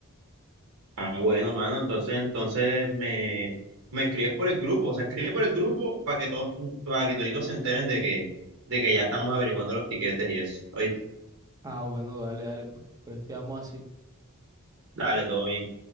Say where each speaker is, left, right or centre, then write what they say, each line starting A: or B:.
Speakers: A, on the right; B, on the right.
A: Ah, bueno, mano, entonces, entonces me, me escribes por el grupo, o sea, escribe por el grupo para que todos, para que toditos se enteren de que, de que ya estamos averiguando los tiquetes y eso. Oíste,
B: Ah, bueno, dale, dale, pues. Entonces quedamos así.
A: dale, todo bien.